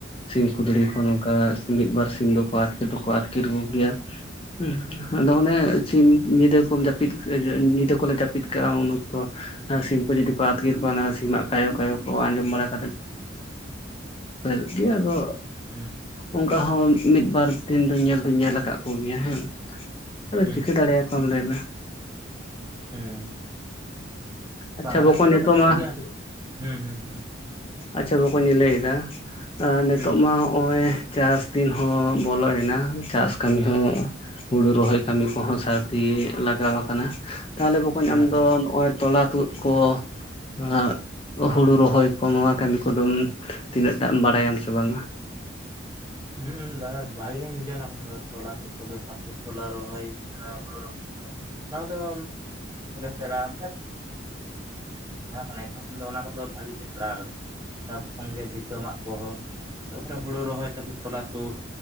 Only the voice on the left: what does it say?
ᱥᱤᱢ ᱠᱷᱩᱸᱫᱽᱲᱤ
ᱠᱷᱚᱱ ᱱᱚᱝᱠᱟ ᱢᱤᱫ ᱵᱟᱨ ᱥᱤᱢ ᱫᱚᱠᱚ ᱟᱹᱛᱠᱤᱨ ᱫᱚᱠᱚ ᱟᱹᱛᱠᱤᱨ ᱠᱚᱜᱮᱭᱟ᱾ ᱦᱩᱸ ᱟᱫᱚ ᱚᱱᱮ ᱥᱤᱢ ᱧᱤᱫᱟᱹ ᱠᱚᱢ ᱡᱟᱹᱯᱤᱫ ᱧᱤᱫᱟᱹ ᱠᱚᱞᱮ ᱡᱟᱹᱯᱤᱫ ᱠᱟᱜᱼᱟ ᱩᱱ ᱚᱠᱛᱚ᱾ ᱟᱨ ᱥᱤᱢᱠᱩ ᱡᱩᱫᱤ ᱠᱚ ᱟᱹᱛᱠᱤᱨ ᱠᱚᱣᱟ ᱚᱱᱟ ᱥᱤᱢᱟᱜ ᱠᱟᱭᱚ ᱠᱟᱭᱚ ᱠᱚ ᱟᱸᱡᱚᱢ ᱵᱟᱲᱟ <inaudible> ᱜᱮᱭᱟ ᱟᱫᱚ
ᱚᱝᱠᱟ ᱦᱚᱸ ᱢᱤᱫ ᱵᱟᱨ ᱫᱤᱱ ᱫᱩᱧ ᱧᱮᱞ ᱫᱚᱧ ᱧᱮᱞ ᱠᱟᱫ ᱠᱚᱜᱮᱭᱟ ᱦᱮᱸ ᱟᱫᱚ
ᱪᱤᱠᱟᱹ ᱫᱟᱲᱮ ᱟᱢ ᱞᱟᱹᱭ ᱢᱮ᱾
ᱟᱪᱪᱷᱟ
ᱵᱚᱠᱚᱧ
ᱱᱤᱛᱚᱜ
ᱢᱟ
ᱟᱪᱪᱷᱟ ᱵᱚᱠᱚᱧ ᱤᱧ ᱞᱟᱹᱭᱮᱫᱟ, ᱮᱸ ᱱᱤᱛᱳᱜ
ᱢᱟ ᱦᱚᱸᱜᱼᱚᱭ ᱪᱟᱥ ᱫᱤᱱ ᱦᱚᱸ ᱵᱚᱞᱚᱭᱮᱱᱟ ᱪᱟᱥ ᱠᱟᱹᱢᱤ ᱦᱚᱸ
ᱦᱩᱲᱩ ᱨᱚᱦᱚᱭ ᱠᱟᱹᱢᱤ ᱠᱚᱦᱚᱸ
ᱥᱟᱨ ᱛᱤ ᱞᱟᱜᱟᱣ ᱟᱠᱟᱱᱟ, ᱛᱟᱦᱚᱞᱮ ᱵᱚᱠᱚᱧ
ᱟᱢᱫᱚ
ᱱᱚᱜᱼᱚᱭ ᱛᱚᱞᱟ ᱛᱩᱫ ᱠᱚ ᱦᱟᱸᱜ ᱦᱩᱲᱩ ᱨᱚᱦᱚᱭ ᱠᱚ ᱱᱚᱣᱟ ᱠᱟᱹᱢᱤ ᱠᱚᱫᱚᱢ ᱛᱤᱱᱟᱹᱜ ᱴᱟᱜ ᱮᱢ ᱵᱟᱲᱟᱭᱟᱢ ᱥᱮ ᱵᱟᱝ-ᱟ?